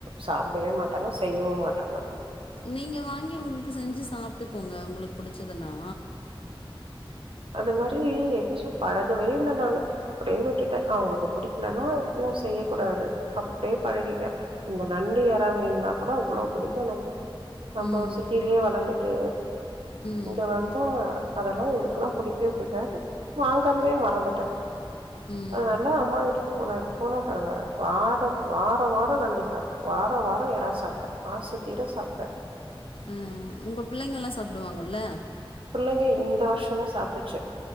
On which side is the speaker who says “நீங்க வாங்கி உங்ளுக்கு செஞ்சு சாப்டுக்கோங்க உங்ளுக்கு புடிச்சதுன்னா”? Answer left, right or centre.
Left